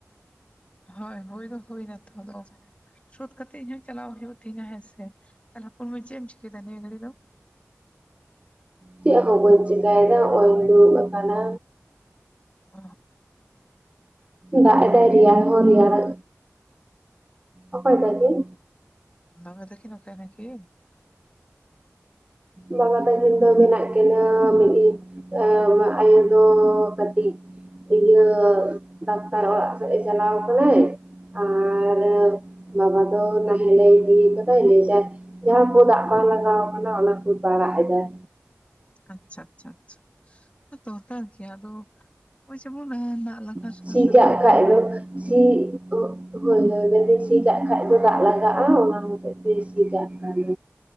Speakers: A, on the left; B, on the right.
A: ᱦᱳᱭ ᱦᱳᱭ ᱫᱚ ᱦᱳᱭ ᱱᱟᱛᱚ ᱟᱫ ᱥᱳᱫ ᱠᱟᱛᱮᱜ ᱤᱧ ᱦᱚᱸ ᱪᱟᱞᱟᱣ ᱦᱩᱭᱩᱜ ᱛᱤᱧᱟ ᱦᱮᱸᱥᱮ ᱛᱟᱦᱚᱞᱮ ᱦᱚᱯᱚᱱ ᱢᱟᱹᱭ ᱪᱮᱫ ᱮᱢ ᱪᱤᱠᱟᱹᱭᱫᱟ ᱱᱤᱭᱟᱹ ᱜᱷᱟᱹᱲᱤ ᱫᱚᱼᱼ
B: ᱪᱮᱫ ᱦᱚᱸ ᱵᱟᱹᱧ ᱪᱮᱠᱟᱭ ᱮᱫᱟ ᱦᱚᱸᱜᱼᱚᱭ ᱤᱧ ᱫᱩᱲᱩᱵ ᱟᱠᱟᱱᱟ
A: ᱚ
B: ᱫᱟᱜ
A: ᱚᱠᱟᱭ
B: ᱮᱫᱟᱭ
A: ᱱᱟᱠᱤᱱ
B: ᱨᱮᱭᱟᱲ ᱦᱚᱸ ᱨᱮᱭᱟᱲ ᱚᱠᱚᱭ ᱛᱟᱠᱤᱱᱼᱼ
A: ᱵᱟᱵᱟ ᱛᱟᱠᱤᱱ ᱚᱠᱟᱭ ᱱᱟᱠᱤᱱᱼᱼ
B: ᱵᱟᱵᱟ ᱛᱟᱹᱠᱤᱱ ᱫᱚ ᱢᱮᱱᱟᱜ ᱠᱤᱱᱟᱹ <unintelligible> ᱟ ᱢᱟ ᱟᱭᱳ ᱫᱚ ᱠᱟᱹᱴᱤᱡᱼᱼ ᱤᱭᱟᱹ ᱰᱟᱠᱛᱟᱨ ᱚᱲᱟᱜ ᱥᱮᱫ ᱮ ᱪᱟᱞᱟᱣ ᱠᱟᱱᱟᱭ ᱟᱨ ᱵᱟᱵᱟ ᱫᱚ ᱱᱟᱦᱮᱞ ᱮ ᱤᱫᱤ ᱠᱟᱫᱟᱭ ᱞᱟᱹᱭ ᱫᱟᱭ ᱡᱟᱦᱟᱸ ᱠᱚ ᱫᱟᱜ ᱵᱟᱝ ᱞᱟᱜᱟᱣ ᱠᱟᱱᱟ ᱚᱱᱟ ᱠᱚ ᱯᱟᱲᱟᱜ ᱮᱫᱟᱭ
A: ᱟᱪᱪᱷᱟ ᱟᱪᱪᱷᱟ ᱟᱪᱪᱷᱟ ᱫᱚᱨᱠᱟᱨ ᱜᱮ ᱟᱫᱚ ᱦᱚᱸᱜᱼᱚᱭ ᱡᱮᱢᱚᱱ ᱱᱟᱜ
B: ᱥᱤ ᱠᱟᱜ ᱠᱷᱟᱡ
A: <unintelligible>
B: <unintelligible> ᱦᱳᱭ ᱦᱳᱭ ᱡᱚᱫᱤ ᱥᱤ ᱠᱟᱜ ᱠᱷᱟᱡ ᱫᱚ ᱫᱟᱜ ᱞᱟᱜᱟᱜᱼᱟ ᱚᱱᱟ ᱦᱚᱛᱮᱜ ᱛᱮ ᱥᱤ ᱠᱟᱜ ᱠᱷᱟᱱᱮᱼᱼ